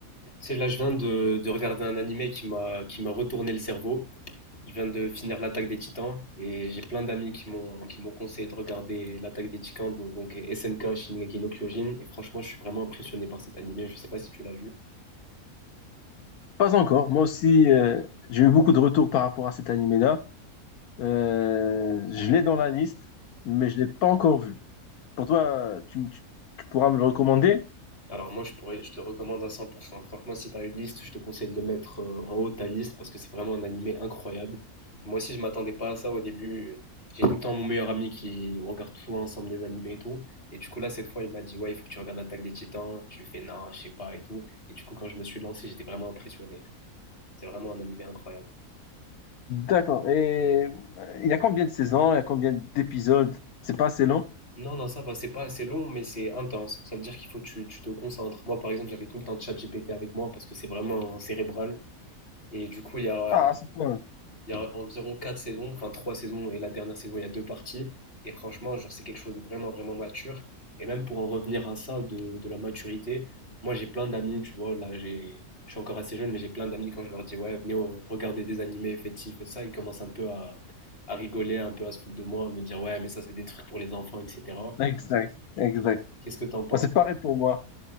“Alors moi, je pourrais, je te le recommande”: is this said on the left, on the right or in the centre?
Left